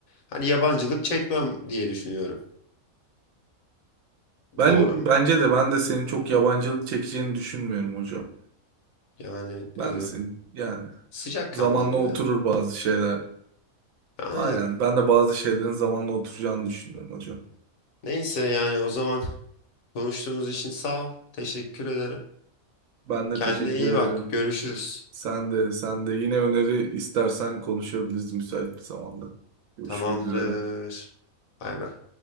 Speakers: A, on the left; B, on the right.
A: Hani yabancılık çekmem diye düşünüyorum.
B: Ben
A: Doğru
B: bence
A: mu?
B: de ben de senin çok yabancılık çekeceğini düşünmüyorum hocam.
A: Yani
B: Ben
A: e,
B: de senin yani
A: sıcakkanlıyım
B: zamanla oturur
A: zaten.
B: bazı şeyler.
A: Aynen.
B: Aynen. Ben de bazı şeylerin zamanla oturacağını düşünüyorum hocam.
A: Neyse yani o zaman konuştuğumuz için sağ ol. Teşekkür ederim.
B: Ben de
A: Kendine
B: teşekkür
A: iyi bak.
B: ederim.
A: Görüşürüz.
B: Sen de, sen de. Yine öneri istersen konuşabiliriz müsait bir zamanda. Görüşmek
A: Tamamdır.
B: üzere.
A: Bay bay.